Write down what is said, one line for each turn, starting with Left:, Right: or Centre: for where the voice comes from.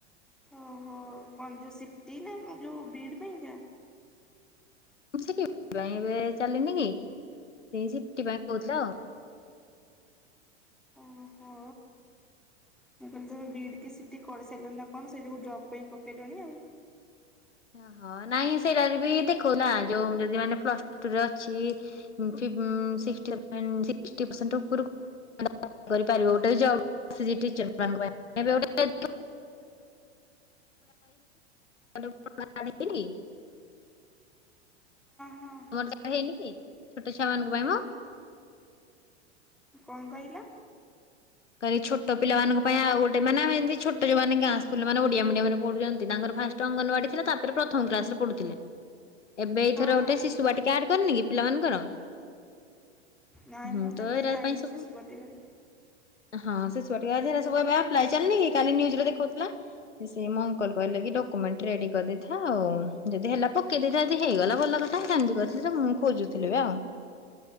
Centre: ଓହୋ କଣ ଯୋଉ ସିଟି ନା ଯୋଉ ବିଇଡ ପାଇଁ କା।
Left: ସିଟି ପାଇଁ ଏବେ ଚାଲିନି କି ସେଇ ସିଟି ପାଇଁ କହୁଥିଲା ଆଉ।
Centre: ଓହୋ ମୁଁ କହିଲି ତମ ବିଇଡି କି ସିଟି କରିସା ହେଲେ ନା କଣ ସେ ସବୁ ଜବ୍ ପାଇଁ ପକେଇଲେଣି ଆଉ।
Left: ଓହ ନାଇଁ ସେଇଟାରେ ବି ଦେଖଉନା ଯୋଉ ଯଦି ମାନେ ପ୍ଲସ୍ ଟୁ ରେ ଅଛି ଫିଭ୍ ସିକ୍ସଟି ପରସେଣ୍ଟ୍ ଉପରକୁ ତାର ଗୋଟେ ଜବ୍ ଫ୍ୟାସିଲିଟି ଟିଚର୍ସ <unintelligible> <unintelligible> ନି <inaudible>
Centre: ହଁ ହଁ
Left: ତମର ତ ହେଇନି ଛୋଟ ଛୁଆ ମାନଙ୍କ ପାଇଁ ମା
Centre: କଣ କହିଲ।
Left: କାଲି ଛୋଟ ପିଲାଙ୍କ ପାଇଁ ଆଉ ଗୋଟେ ମାନେେମ ଛୋଟ ଯୋଉମାନୋନ ଗାଁ ସ୍କୁଲ ମାନେ ଓଡିଆ ମିଡିମ ରେ ପଢୁଛନ୍ତି ତାଙ୍କର ଫାଷ୍ଟ ଅଙ୍ଗନବାଡି ଥିଲା ତାପରେ ପ୍ରଥମ କ୍ଲାସ ରେ ପଢୁଥିଲେ ଏବେ ଏଇଥର
Centre: ହଁ ହଁ
Left: ଗୋଶୁଆ ଟିକେଡ କରିନି କି ପିଲାମାନଙ୍କର
Centre: ନାଇଁ
Left: ହୁଁ
Centre: ମୁଁ ତ କାଇହିଁ
Left: ଏରା
Centre: ଜାଣିନି
Left: ପାଇଁ ସବୁ
Centre: ଶିଶୁପତିିକ
Left: ହଁ ସେ ଛୁଆ ଟବପ୍ ଚାଲିନ କାଲିଜରେ ଦେଖଉଥିଲା ସେ ମଙ୍କଲ କହିଲେ କି ଡମେଣ୍ଟ ରେଡି କରିଦେଇଥା ଆଉ ଯଦି ହେ ପକେଇ ଦେଇଥା ଯ ହେଇଗଲା ଭଲ କଥାମତି କହି ମୁଁ ଖୋଜୁଥିଲି ଆଉ